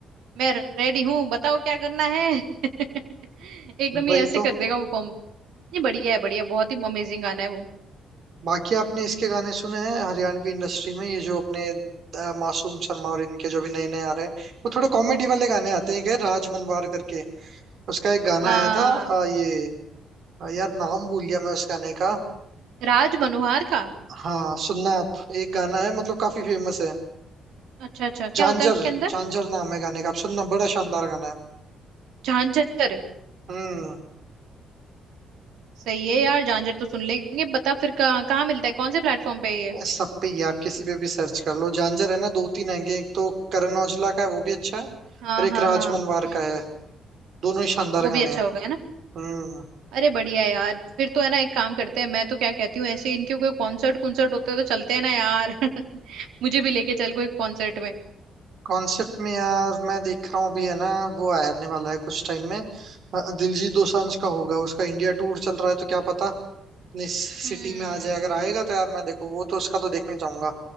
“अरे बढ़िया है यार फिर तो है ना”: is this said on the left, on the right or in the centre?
Right